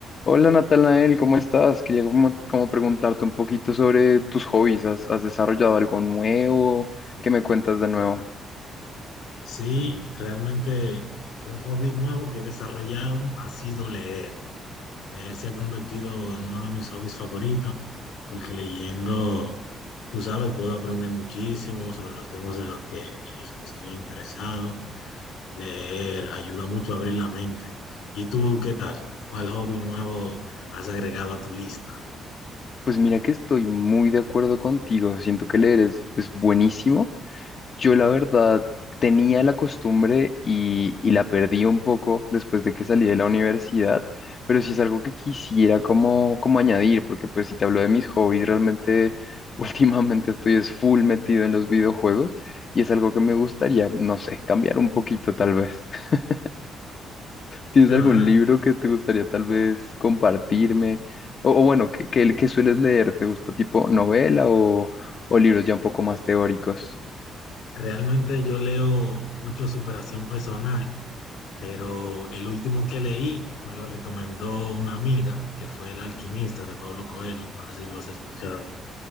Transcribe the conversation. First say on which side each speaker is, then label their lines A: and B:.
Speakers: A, on the left; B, on the left.
A: Hola Natanael, ¿cómo estás? Quería como, como preguntarte un poquito sobre tus hobbies. ¿Has, has desarrollado algo nuevo? ¿Qué me cuentas de nuevo?
B: Sí, realmente un hobby nuevo que he desarrollado ha sido leer. Leer se ha convertido en uno de mis hobbies favoritos, porque leyendo, tú sabes, puedo aprender muchísimo sobre los temas de lo que, en los que estoy interesado. Leer ayuda mucho a abrir la mente. ¿Y tú qué tal? ¿Cuál hobby nuevo has agregado a tu lista?
A: Pues mira que estoy muy de acuerdo contigo. Siento que leer es, es buenísimo. Yo la verdad tenía la costumbre y, y la perdí un poco después de que salí de la universidad, pero sí es algo que quisiera como, como añadir, porque pues si te hablo de mis hobbies, realmente <laughs> últimamente estoy es full metido en los videojuegos y es algo que me gustaría, no sé, cambiar un poquito tal vez. <laughs> ¿Tienes
B: Ya
A: algún
B: va,
A: libro que te gustaría tal vez compartirme? O, o bueno, que, que, que sueles leer? ¿Te gusta tipo novela o, o libros ya un poco más teóricos?
B: Realmente yo leo mucho superación personal pero el último que leí me lo recomendó una amiga, que fue El alquimista de Pablo Coelho, no sé si lo has escuchado.